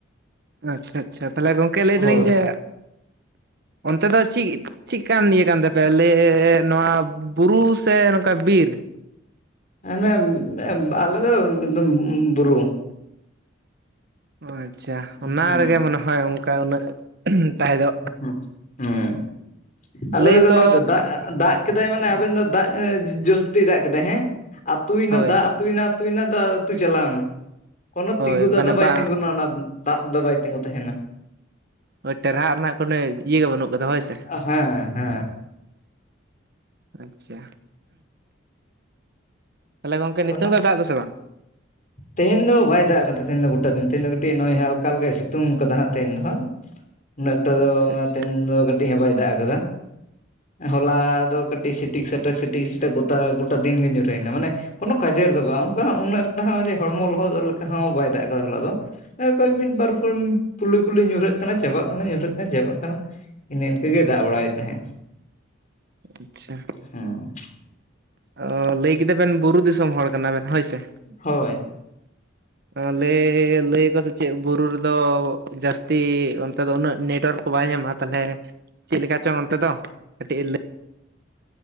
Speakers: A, on the right; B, on the left.
A: ᱟᱪᱪᱷᱟ ᱟᱪᱪᱷᱟ ᱛᱟᱦᱞᱮ ᱜᱚᱝᱠᱮ ᱞᱟᱹᱭ ᱫᱟᱞᱤᱧ
B: ᱦᱳᱭ
A: ᱡᱮ
B: <inaudible>
A: ᱚᱱᱛᱮ ᱫᱚ ᱪᱤᱜ ᱪᱤᱜᱠᱟᱱ ᱤᱭᱟᱹ ᱠᱟᱱ ᱛᱟᱯᱮᱭᱟ ᱞᱮᱻ ᱱᱚᱣᱟ ᱵᱩᱨᱩ ᱥᱮ ᱱᱚᱝᱠᱟ ᱵᱤᱨ?
B: ᱟᱞᱮ ᱮᱢ ᱟᱞᱮ ᱫᱚ ᱮᱫᱚᱢ ᱵᱩᱨᱩ
A: ᱟᱪᱪᱷᱟ
B: ᱦᱩᱸ
A: ᱚᱱᱟ ᱨᱮᱜᱮ ᱢᱟᱱᱮ ᱦᱚᱭ ᱚᱝᱠᱟ ᱩᱱᱟᱹᱜ ᱛᱟᱦᱮᱸ ᱫᱚ
B: ᱩᱸᱪ ᱦᱩᱸ ᱟᱞᱮ
A: ᱞᱟᱹᱭ ᱟᱠᱚ
B: ᱫᱚ ᱱᱚᱜᱼᱚᱭ ᱫᱟᱜ ᱟ ᱫᱟᱜ ᱠᱮᱫᱟᱭ ᱢᱟᱱᱮ ᱟᱵᱮᱱ ᱫᱚ ᱫᱟᱜ ᱮᱸ ᱡᱚᱥᱛᱤᱭ ᱫᱟᱜ ᱠᱮᱫᱟᱭ ᱦᱮᱸ ᱟᱹᱛᱩᱭᱱᱟ
A: ᱦᱳᱭ
B: ᱫᱟᱜ ᱛᱩᱭᱱᱟ ᱛᱩᱭᱱᱟ ᱫᱚ ᱟᱛᱩ ᱪᱟᱞᱟᱣᱱᱟ, ᱠᱳᱱᱳ
A: ᱦᱳᱭ
B: ᱛᱤᱸᱜᱩ ᱫᱚ
A: ᱢᱟᱱᱮ
B: ᱟᱫᱚ ᱵᱟᱭ
A: ᱵᱟᱝ
B: ᱛᱤᱸᱜᱩᱱᱟ ᱚᱱᱟ ᱫᱟᱜ ᱫᱚ ᱵᱟᱭ ᱛᱤᱸᱜᱩ ᱛᱟᱦᱮᱱᱟ᱾
A: ᱦᱳᱭ ᱴᱮᱨᱦᱟᱜ ᱨᱮᱱᱟᱜ ᱠᱳᱱᱳ ᱤᱭᱟᱹ ᱜᱮ ᱵᱟᱹᱱᱩᱜ ᱠᱟᱫᱟ ᱦᱳᱭ ᱥᱮ᱾
B: ᱦᱮᱸ ᱦᱮᱸ
A: ᱟᱪᱪᱷᱟ ᱛᱟᱦᱞᱮ ᱜᱚᱝᱠᱮ ᱱᱤᱛᱚ
B: ᱚᱱᱟ
A: ᱫᱚ ᱫᱟᱜᱫᱟ ᱥᱮ ᱵᱟᱝ?
B: ᱛᱮᱦᱮᱧ ᱫᱚ ᱵᱟᱭ ᱫᱟᱜ ᱠᱟᱫᱟ ᱛᱮᱦᱤᱧ ᱫᱚ ᱜᱚᱴᱟ ᱫᱤᱱ ᱛᱮᱦᱮᱧ ᱫᱚ ᱠᱟᱹᱴᱤᱡ ᱱᱚᱜᱼᱚᱭ ᱦᱟᱞᱠᱟ ᱦᱟᱞᱠᱟ ᱥᱤᱛᱩᱝ ᱠᱟᱫᱟ ᱦᱟᱸᱜ ᱛᱮᱦᱧ ᱫᱚ ᱦᱟᱸᱜ᱾ ᱩᱱᱟᱹᱜ ᱮᱠᱴᱟ ᱫᱚ
A: ᱟᱪᱪᱷᱟ
B: ᱚᱱᱟ
A: ᱟᱪᱪᱷᱟ
B: ᱛᱮᱱ ᱫᱚ ᱠᱟᱹᱴᱤᱡ ᱦᱚᱸ ᱵᱟᱭ ᱫᱟᱜ ᱠᱟᱫᱟ᱾ ᱦᱚᱞᱟ ᱫᱚ ᱠᱟᱹᱴᱤᱡ ᱥᱤᱴᱤᱠ ᱥᱟᱹᱴᱟᱹᱠ ᱥᱤᱴᱤᱠ ᱥᱟᱹᱴᱟᱹᱠ ᱜᱚᱛᱟ ᱜᱚᱴᱟ ᱫᱤᱱ ᱜᱮ ᱧᱩᱨ ᱦᱩᱭᱱᱟ, ᱢᱟᱱᱮ ᱠᱳᱱᱳ ᱠᱟᱡᱮᱨ ᱫᱚ ᱵᱟᱝ ᱚᱝᱠᱟ ᱩᱱᱟᱹᱜ ᱮᱠᱴᱟ ᱦᱚᱸ ᱡᱮ ᱦᱚᱲᱢᱚ ᱞᱚᱦᱚᱫ ᱞᱮᱠᱟ ᱦᱚᱸ ᱵᱟᱭ ᱫᱟᱜ ᱠᱟᱫᱟ ᱦᱚᱞᱟ ᱫᱚ᱾ ᱮᱸ ᱚᱠᱚᱭ ᱢᱤᱫ ᱵᱟᱨ ᱯᱩᱢ ᱯᱩᱞᱩᱭ ᱯᱩᱞᱩᱭ ᱧᱩᱨᱦᱟᱹᱜ ᱠᱟᱱᱟ ᱪᱟᱵᱟᱜ ᱠᱟᱱᱟ ᱧᱩᱨᱦᱟᱹᱜ ᱠᱟᱱᱟ ᱪᱟᱵᱟᱜ ᱠᱟᱱᱟ᱾ ᱤᱱᱟᱹ ᱤᱱᱠᱟᱹ ᱜᱮ ᱫᱟᱜ ᱵᱟᱲᱟᱭᱮᱜ ᱛᱟᱦᱮᱸᱜ᱾
A: ᱟᱪᱪᱷᱟ
B: ᱦᱮᱸ
A: ᱚ ᱞᱟᱹᱭ ᱠᱮᱫᱟ ᱵᱮᱱ ᱵᱩᱨᱩ ᱫᱤᱥᱚᱢ ᱦᱚᱲ ᱠᱟᱱᱟ ᱵᱮᱱ ᱦᱳᱭ ᱥᱮ?
B: ᱦᱳᱭ
A: ᱛᱟᱦᱚᱞᱮ ᱞᱟᱹᱭᱟᱠᱚ ᱥᱮ ᱪᱮᱜ ᱵᱩᱨᱩ ᱨᱮᱫᱚ ᱡᱟᱹᱥᱛᱤ ᱚᱱᱛᱮ ᱫᱚ ᱩᱱᱟᱹᱜ ᱱᱮᱴᱣᱟᱨᱠ ᱠᱚ ᱵᱟᱭ ᱧᱟᱢᱟ? ᱛᱟᱞᱦᱮ ᱪᱮᱜ ᱞᱮᱠᱟ ᱪᱚᱝ ᱚᱱᱛᱮ ᱫᱚ ᱠᱟᱹᱴᱤᱡ ᱞᱟᱹ